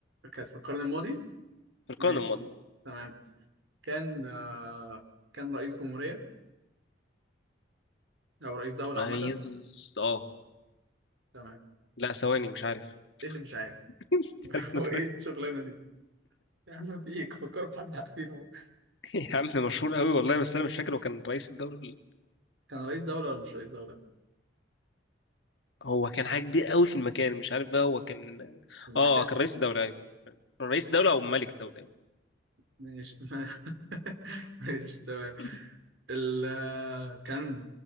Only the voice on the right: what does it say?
كانت في القرن الماضي
ماشي
تمام كان آه... كان رئيس جمهورية او رئيس دولة
عامة
تمام
ايه اللي مش عارف
<laughs> هو ايه
الشغلانة دي يا عم في ايه فكروا في حد عارفينه هو
كان رئيس دولة ولا مش رئيس دولة
المكان
ماشي <laughs> ماشي تمام
ال كان